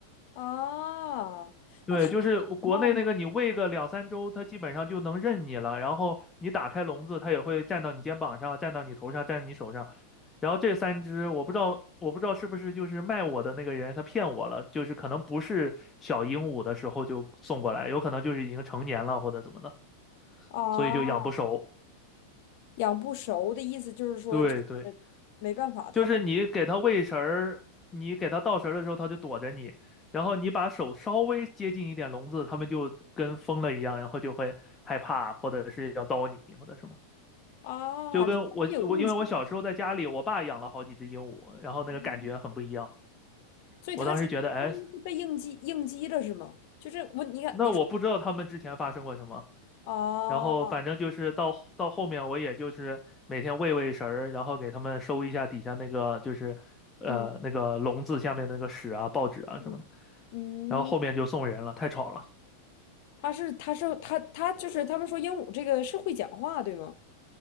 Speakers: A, on the left; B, on the left.
A: 哦，
B: 对，
A: 那他讲话吗？
B: 就是国内那个你喂个两三周，它基本上就能认你了。然后你打开笼子，它也会站到你肩膀上，站到你头上，站你手上。然后这三只，我不知道，我不知道是不是就是卖我的那个人他骗我了，就是可能不是小鹦鹉的时候就送过来，有可能就是已经成年了或者怎么的，
A: 哦，
B: 所以就养不熟。
A: 养不熟的意思就是说，
B: 对对，
A: 就是没办法，他没
B: 就是你给它喂食儿，你给它倒食儿的时候，它就躲着你，然后你把手稍微接近一点笼子，它们就跟疯了一样，然后就会害怕，或者是要叨你，或者什么。
A: 啊，
B: 就跟我我因为我小时候在家里，
A: 就他有应激，
B: 我爸养了好几只鹦鹉，然后那个感觉很不一样。
A: 嗯所以它其实相当于是被应激应激了，
B: 我当时觉得，哎，
A: 是吗？就是我，你看你说
B: 那我不知道它们之前发生过什么，
A: 啊，
B: 然后反正就是到到后面，我也就是每天喂喂食儿，然后给他们收一下底下那个就是呃那个笼子下面那个屎啊、
A: 嗯
B: 报纸啊什么的。
A: 嗯嗯，
B: 然后后面就送人了，太吵了。
A: 他是他是他他就是他们说鹦鹉这个是会讲话，对吗？